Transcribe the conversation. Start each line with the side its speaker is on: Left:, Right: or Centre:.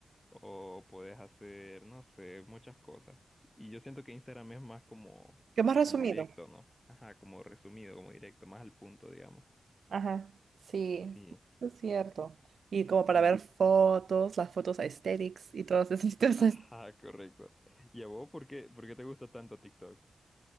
Left: o puedes hacer, no sé, muchas cosas. Y yo siento que Instagram es más como,
Right: ¿Qué más resumido?
Left: como directo, ¿no? Ajá, como resumido, como directo, más al punto, digamos.
Right: Ajá, sí,
Left: Sí,
Right: es cierto. Y como para
Left: sí.
Right: ver fotos, las fotos aesthetics y todas esas <laughs> cosas.
Left: Ajá, correcto. ¿Y a vos por qué, por qué te gusta tanto TikTok?